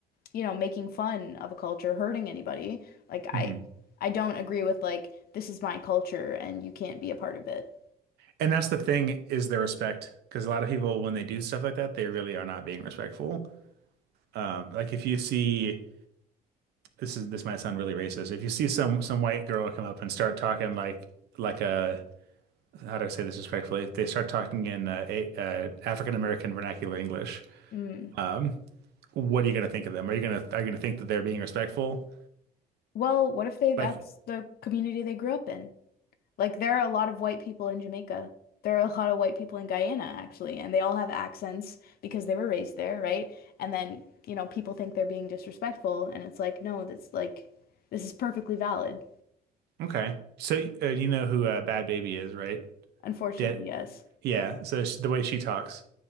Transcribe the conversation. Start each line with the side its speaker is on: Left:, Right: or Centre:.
Left: you know, making fun of a culture, hurting anybody. Like I
Right: hmm
Left: I don't agree with like this is my culture and you can't be a part of it.
Right: and that's the thing is the respect because a lot of people when they do stuff like that, they really are not being respectful. Um, like if you see this is this might sound really racist. If you see some some white girl come up and start talking like like a how do I say this respectfully? If they start talking in uh, a, uh, African American vernacular English,
Left: Mm.
Right: um, what are you going to think of them? Are you going to are you going to think that they're being respectful?
Left: Well, what if they that's
Right: Like,
Left: the community they grew up in? Like there are a lot of white people in Jamaica. There are a lot of white people in Guyana actually, and they all have accents because they were raised there, right? And then, you know, people think they're being disrespectful and it's like, no, that's like this is perfectly valid.
Right: okay, so uh, you know who uh, Bad Baby is, right?
Left: Unfortunately,
Right: That
Left: yes.
Right: yeah. So sh the way she talks,